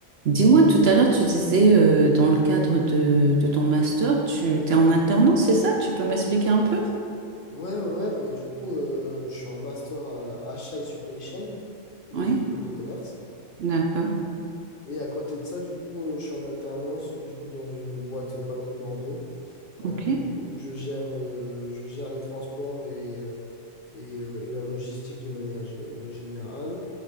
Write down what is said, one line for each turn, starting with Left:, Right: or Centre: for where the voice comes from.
Right: Dis-moi, tout à l'heure, tu disais, euh, dans le cadre de, de ton master, tu t'es en alternance, c'est ça? Tu peux m'expliquer un peu?
Left: Ouais, ouais, ouais, bah, du coup, euh, je suis en master à achat et supply chain dans
Right: Oui,
Left: une école de commerce.
Right: d'accord.
Left: Et à côté de ça, du coup, euh, je suis en alternance, euh, du coup, dans une boîte pas loin de Bordeaux, euh,
Right: Ok.
Left: où je gère, euh, je gère les transports et, euh, et, euh, et la logistique de manière gé- générale